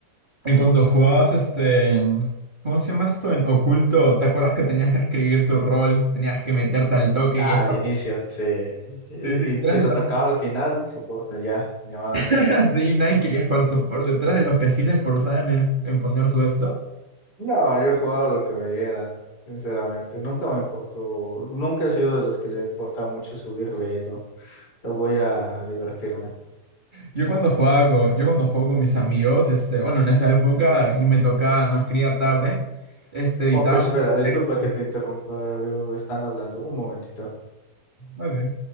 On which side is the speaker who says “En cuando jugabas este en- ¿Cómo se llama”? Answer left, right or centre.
Right